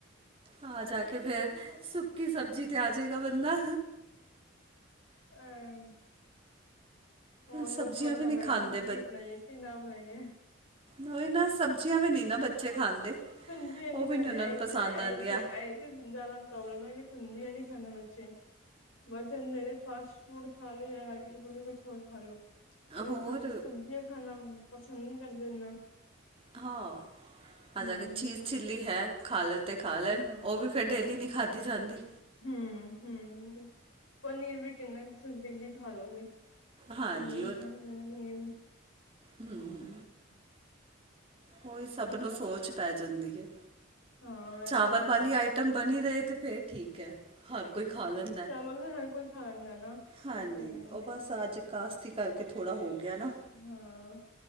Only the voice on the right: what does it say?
ਆ ਜਾ ਕਿ ਫਿਰ ਸੁੱਕੀ ਸਬਜ਼ੀ 'ਤੇ ਆ ਜਾਵੇਗਾ ਬੰਦਾ
ਸਬਜ਼ੀਆਂ ਵੀ ਨਹੀਂ ਖਾਂਦੇ ਉਹ ਨਾ ਸਬਜ਼ੀਆਂ ਵੀ ਨੀ ਨਾ ਬੱਚੇ ਖਾਂਦੇ
ਉਹ ਵੀ
ਉਹਨਾਂ ਨੂੰ
ਪਸੰਦ
ਆਉਂਦੀਆਂ
ਹੋਰ
ਹਾਂ
ਆ ਜਾ ਕੇ ਚੀਜ਼ ਚਛਿੱਲੀ ਹੈ ਖਾ ਲੈਣ ਤੇ ਖਾ ਲੈਣ
ਉਹ ਵੀ ਫੇਰ
ਡੇਲੀ ਨੀ ਖਾਧਦੀ ਜਾਂਦੀ
ਹਾਂਜੀ
ਹਮ ਹਮ
ਉਹੀ ਸਭ ਨੂੰ ਸੋਚ ਪੈ ਜਾਂਦੀ ਹੈ
ਚਾਵਲ
ਵਾਲੀ ਆਈਟਮ ਬਣੀ ਰਹੇ ਤੇ ਫੇਿਰ ਠੀਕ ਹੈ ਹਰ ਕੋਈ ਖਾ ਲੈਂਦਾ
ਹਾਂਜੀ
ਉਹ ਬਸ ਅੱਜ ਕਾਸਤੀ ਕਰਕੇ ਥੋੜ੍ਹਾ ਹੋ ਗਿਆ ਨਾ